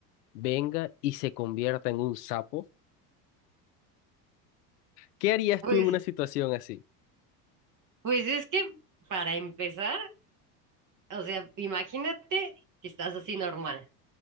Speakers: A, on the left (about 80°); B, on the right (about 40°).
A: venga y se convierta en un sapo? ¿Qué harías
B: Pues,
A: tú en una situación así?
B: pues es que para empezar, o sea, imagínate que estás así normal